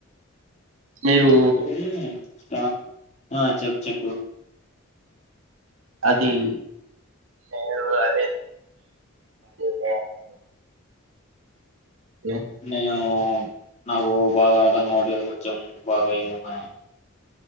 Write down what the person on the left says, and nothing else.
అంటే నాకు ఆ చెప్పు చెప్పు
నేను నాకు బాగా అర్థం కావట్లేదు కొంచెం బాగా ఏమన్నా